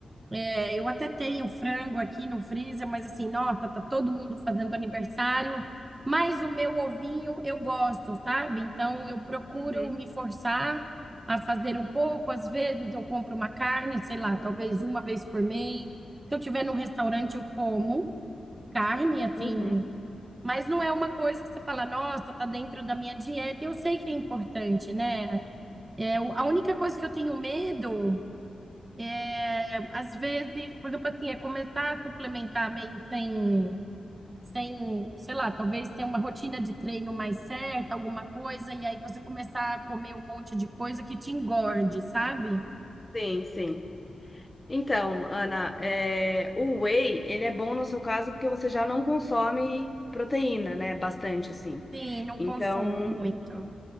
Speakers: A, on the right; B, on the left.
A: é, eu até tenho frango aqui no freezer, mas assim, nossa, tá todo mundo fazendo aniversário. Mas o meu ovinho eu gosto, sabe? Então eu procuro
B: Uhum,
A: me forçar a fazer um pouco. Às vezes eu compro uma carne, sei lá, talvez uma vez por mês. Se eu tiver num restaurante, eu como carne, assim.
B: uhum.
A: Mas não é uma coisa que você fala, nossa, tá dentro da minha dieta. Eu sei que é importante, né? É, o- a única coisa que eu tenho medo. É, às vezes, por exemplo, assim, é começar a suplementar meio sem, sem, sei lá, talvez ter uma rotina de treino mais certa, alguma coisa, e aí você começar a comer um monte de coisa que te engorde, sabe?
B: Sim, sim. Então, Ana, é, o whey, ele é bom no seu caso porque você já não consome proteína, né? Bastante, assim.
A: Sim, não
B: Então,
A: consumo muito.